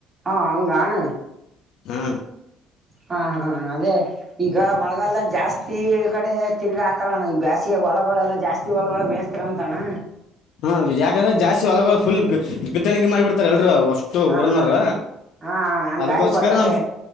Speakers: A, on the right; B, on the left.
A: ಹಾ ಅಂಗಣ
B: ಹಾ
A: ಹ ಹ ಹ ಅದೇ. ಈಗ ಮಳಗಾಲದ ಜಾಸ್ತಿ ಕಡೆ ತಿರ್ಗಿ ಹಾಕೋಣ ಈ ಬ್ಯಾಸಿಯ ಹೊಲಗಳೆಲ್ಲ ಜಾಸ್ತಿ ಹೊಲ ಮೇ. ತ್ರರಂತಣ್ಣ.
B: ಹಾ ಯಾಕಂದ್ರೆ ಜಾಸ್ತಿ ಹೊಲಗಳು ಫುಲ್ ಬಿತ್ತಣಕೆ ಮಾಡಿ ಬಿಡ್ತಾರೆ ಎಲ್ರು. ಅಷ್ಟು
A: ಹಾಂ
B: ಉಊರ್ನರ
A: ಅಣ್ಣ ಹಾಂ ಅಣ್ಣ ಹಂಗಾಗಿ
B: ಅದಗೋಸ್ಕರ
A: ಒತ್ತಟೆ
B: ನಮ.